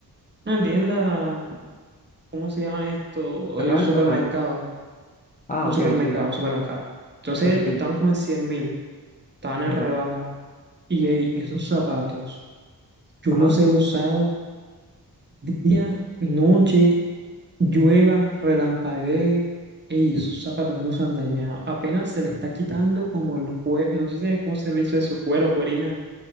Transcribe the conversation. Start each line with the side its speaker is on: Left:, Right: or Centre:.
Right: una tienda, ¿cómo se llama esto?
Left: acaba
Right: Eh, supermercado.
Left: de empezar. Ah,
Right: Un
Left: ok,
Right: supermercado,
Left: sí,
Right: un supermercado. Entonces
Left: sí, sí, sí.
Right: estaban como en cien mil, estaban en
Left: Ajá,
Right: rebaja. Y ey, esos zapatos. Yo
Left: ajá,
Right: los he usado día, noche, llueva, relampaguee. Ey, esos zapatos no se han dañado. Apenas se le está quitando como el cuero, no sé si- cómo se le hizo eso, cuero, cuerina